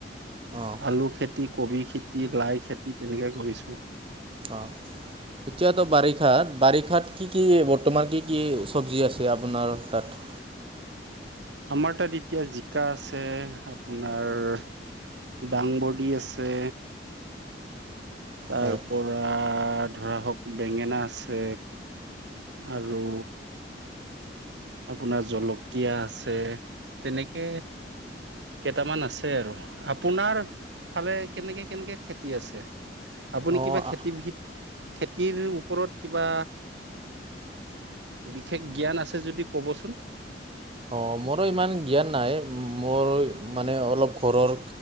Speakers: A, on the right; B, on the right.
A: অঁ
B: আলু খে তি কবি খেতি লাই খেতি তেনেকে কৰিছো।
A: অ এতিয়াতো বাৰিষাত বাৰিষাত কি কি বৰ্তমান কি কি চব্জি আছে আপোনাৰ তাত।
B: আমাৰ তাত এতিয়া জিকা আছে আপোনাৰ ডাংবডী আছে তাৰ
A: হয়
B: পৰা ধৰা হওক বেঙেনা আছে আৰু আপোনাৰ জলকীয়া আছে তেনেকে কেইটামান আছে আৰু আপোনাৰ ফালে কেনেকে কেনেকে খেতি আছে আপুনি
A: অঁ
B: কিবা খেতিবিদ খেতিৰ ওপৰত কিবা বিশেষ জ্ঞান আছে যদি ক'বচোন।
A: অ মোৰো ইমান জ্ঞান নাই মোৰ মানে অলপ ঘৰৰ